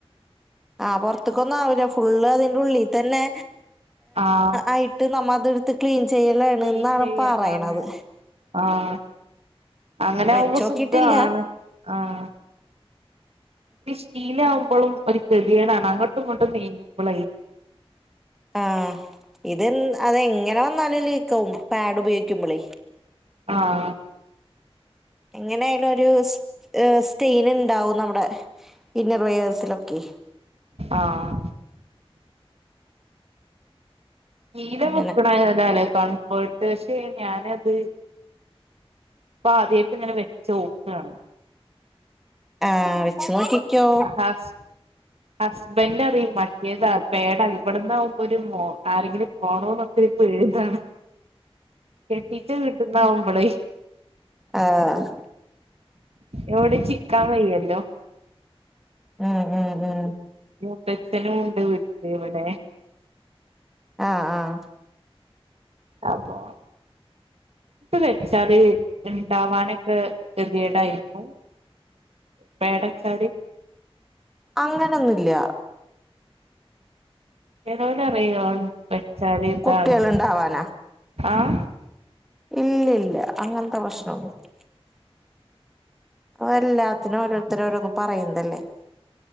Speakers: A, in the centre; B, on the right.
A: ആഹ് പൊറ്ത്ത്ക്കൊന്നും ആവൂല്ല ഫുള്ള് അതിന്റെ ഉള്ളി തന്നെ
B: ആഹ്
A: ആയിട്ട് നമ്മള് അത് ഇട് ത്ത് ക്ലീൻ ചെയ്യലാണ്
B: ക്ലീൻ
A: എന്നാണ്
B: ചെയ്യലാണ്
A: പറയ്ണത്
B: ആഹ് അങ്ങനെവുമ്പോ
A: വെച്ചോക്കിട്ടില്ല
B: സുഖാണ് ആഹ് ഇ ശീല ആവുമ്പോ ഒരു കെദ്യാടാണ് അങ്ങോട്ടും ഇങ്ങോട്ടും നീങ്ങുമ്പളെ
A: ആഹ് ഇത് അതങ്ങനെ വന്നാലും ലീക്കാവും പാഡ് ഉപയോഗിക്കുമ്പോളേ
B: ആഹ്
A: എങ്ങനെയാലും ഒരു സ്റ്റെൻ ഉണ്ടാവും നമ്മുടെ ഇന്നർ വെയയേഴ്സിലൊക്കെ
B: ആഹ് ശീല
A: അങ്ങനെ
B: വെക്ക്ണായതല്ലേ കൺഫേർട്ട് പക്ഷെ ഞാനത് പ്പ ആദ്യയിട്ട് ഇങ്ങനെ വെച്ചോക്കാണ്.
A: ആഹ് വെച്ച് നോക്കിക്കോ
B: ഹസ് ഹസ്ബൻഡ് അറിയും മറ്റേതാ പേടാ ഇവട്ന്ന് ആകുമ്പോ ഒരു മോ ആരെങ്കിലും കാണോന്നോക്കെ ഒരു പേ ഇതാണ് കെട്ടീച്ച വീട്ട്ന്നാവുമ്പളേ
A: ആഹ്
B: എവിടിം ചിക്കാ വയ്യല്ലോ
A: ഉം ഉം ഉം
B: മൂത്തച്ചനുണ്ട് വീട്ട്ല് വടെ
A: ആഹ് ആഹ്
B: അപ്പോ വെച്ചാല് ഉണ്ടാവാനൊക്കെ കെതേടായിരിക്കും പേടച്ചാല്
A: അങ്ങനൊന്നുല്ല
B: ചേലോലറി വെച്ചാല് ഇതാണ്
A: കുട്ടികളുണ്ടാവാനാ
B: ആഹ്
A: ഇല്ല ഇല്ല അങ്ങനത്തെ പ്രശ്ന ഒന്നുല്ല അത്‌ എല്ലാത്തിനും ഓരോരുത്തര്ഓരോന്ന് പറയുന്നതല്ലേ